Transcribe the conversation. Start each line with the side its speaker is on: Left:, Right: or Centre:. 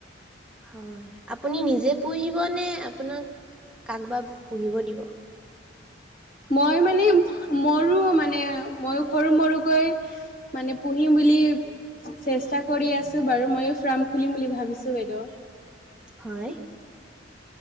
Centre: হয়, আপুনি নিজে পুহিব নে, আপোনাক কাক বা পুহিব দিব?
Left: মই মানে মৰো মানে ময়ো সৰু মৰু কৈ মানে পুহিম বুলি চেষ্টা কৰি আছো বাৰু, ময়ো ফ্ৰাম খুলিম বুলি ভাবিছো বাইদ।
Centre: হয়।